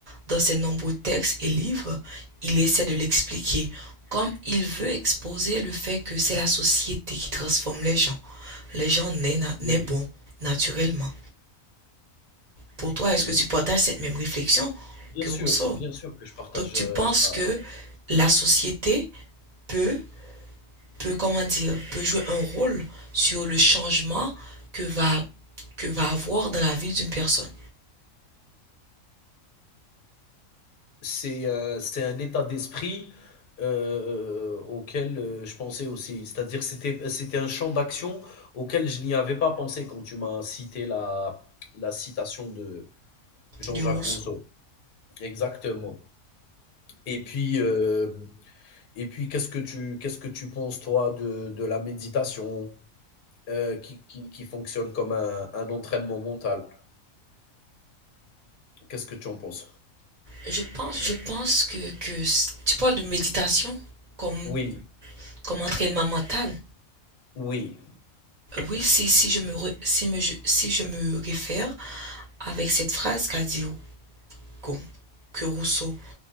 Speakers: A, on the right; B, on the left.
A: dans ses nombreux textes et livres, il essaie de l'expliquer, comme il veut exposer le fait que c'est la société qui transforme les gens. Les gens naissent, na-
B: Oui,
A: naissent bons, naturellement. Pour toi, est-ce
B: oui.
A: que tu partages cette même réflexion
B: Bien
A: que
B: sûr,
A: Rousseau?
B: bien sûr que je partage,
A: Donc, tu
B: heu,
A: penses
B: ça.
A: que la société peut peut, comment dire, peut jouer un rôle sur le changement que va, que va avoir dans la vie d'une personne,
B: C'est, heu, c'est un état d'esprit, heu, auquel, heu, je pensais aussi. C'est-à-dire c'était c'était un champ d'action auquel je n'y avais pas pensé quand tu m'as cité la la citation de Jean-Jacques
A: de Rousseau.
B: Rousseau. Exactement et puis, hem et puis qu'est-ce que tu qu'est-ce que tu penses toi de de la méditation, heu, qui qui qui fonctionne comme un un entraînement mental? Qu'est-ce que tu en penses?
A: Je pense, je pense que, que tu parles de méditation comme,
B: Oui,
A: comme entraînement mental.
B: oui,
A: Oui, si, si, je me, re- si, me- je- si je me réfère avec cette phrase qu'a dit Gon- que Rousseau,